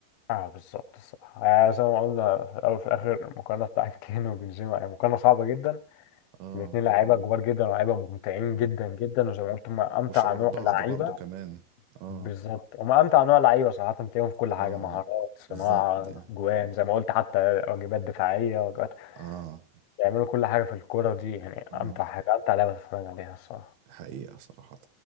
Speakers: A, on the left; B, on the right.
A: اه بالظبط الصراحه يعني زي ما قلنا في الاول وفي الاخر المقارنه بتاعت <laughs> كين وبنزيما يعني مقارنه صعبه جدا
B: اه
A: الاثنين لعيبه كبار جدا ولاعيبه ممتعين
B: اه
A: جدا جدا وزي
B: مم.
A: ما قلت هم امتع
B: وشبه
A: نوع
B: بعض
A: لعيبه
B: برضو كمان اه
A: بالظبط هم امتع نوع لعيبه صراحه تلاقيهم في كل
B: اه
A: حاجه مهارات صناعه
B: بالظبط يعني
A: جوان زي ما قلت حتى واجبات دفاعيه واجبات
B: اه
A: بيعملوا كل حاجه في الكوره دي يعني امتع
B: اه
A: حاجه امتع لعبه تتفرج عليها الصراحه
B: حقيقة صراحة